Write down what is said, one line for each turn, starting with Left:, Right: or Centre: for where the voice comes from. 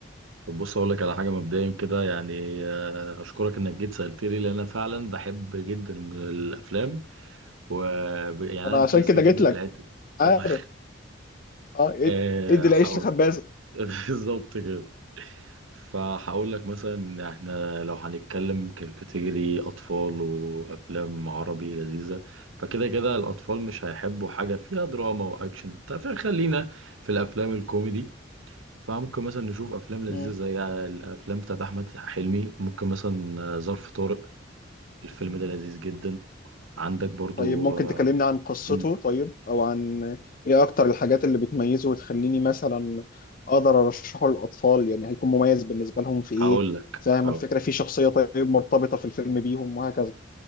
Right: طب بص اقول لك على حاجه مبدئيا كده يعني آه، اشكرك انك جيت سالت لي لان انا فعلا بحب جدا الافلام و يعني
Left: انا
Right: انا انترستد
Left: عشان كده
Right: جدا
Left: جيت لك
Right: في الحته دي
Left: عارف
Right: يلا
Left: اه إد-
Right: آه،
Left: ادي العيش
Right: حاول
Left: لخبازه
Right: <laughs> بالظبط كده فهقول لك مثلا إن احنا لو هنتكلم ككاتيجوري اطفال وافلام عربي لذيذه فكده كده الاطفال مش هيحبوا حاجه فيها دراما واكشن وبتاع فخلينا في الافلام الكوميدي فممكن مثلا نشوف افلام لذيذه
Left: مم.
Right: زي الافلام بتاعت احمد حلمي ممكن مثلا آه، ظرف طارق الفيلم ده لذيذ جدا عندك برضو
Left: طيب ممكن تكلمني
Right: آه،
Left: عن قصته
Right: مم،
Left: طيب او عن ايه اكتر الحاجات اللي بتميزه وتخليني مثلا اقدر ارشحه للاطفال يعني هيكون مميز بالنسبه لهم في ايه
Right: هقول لك
Left: فاهم
Right: هقول
Left: الفكره في شخصيه طيب مرتبطه في الفيلم بيهم وهكذا